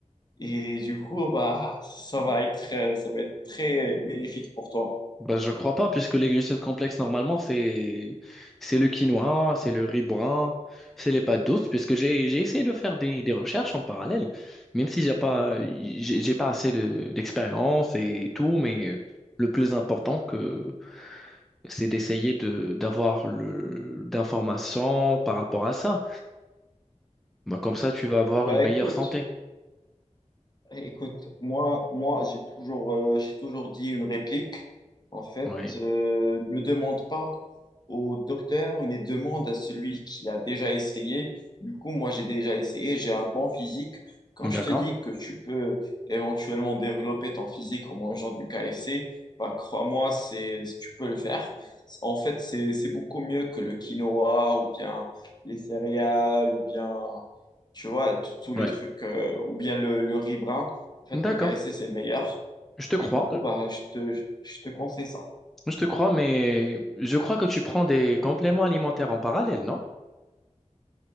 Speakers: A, on the left; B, in the centre.
A: Et du coup, bah, ça va être, euh, ça va être très bénéfique pour toi.
B: Bah, je crois pas, puisque les glucides complexes, normalement, c'est c'est le quinoa, c'est le riz brun, c'est les pâtes douces, puisque j'ai j'ai essayé de faire des, des recherches en parallèle, même si j'ai pas j'ai j'ai pas assez de- d'expérience et tout, mais le plus important que c'est d'essayer de d'avoir le d'informations par rapport à ça. Bah, comme ça, tu vas avoir
A: Bah,
B: une meilleure
A: écoute,
B: santé.
A: Écoute, moi, moi, j'ai toujours, euh, j'ai toujours dit une réplique. En fait,
B: Ouais.
A: euh, ne demande pas au docteur, mais demande à celui qui a déjà essayé. Du coup, moi, j'ai déjà essayé, j'ai un bon physique. Quand
B: D'accord.
A: je te dis que tu peux éventuellement développer ton physique en mangeant du KFC, bah, crois-moi, c'est, tu peux le faire. En fait, c'est, c'est beaucoup mieux que le quinoa ou bien les céréales ou bien tu vois, t- tous les
B: Ouais.
A: trucs, euh, ou bien le, le riz brun, en fait,
B: D'accord.
A: le KFC, c'est meilleur.
B: Je te crois.
A: Et du coup, bah, je te, je, je te conseille ça.
B: Je te crois, mais je crois que tu prends des compléments alimentaires en parallèle, non?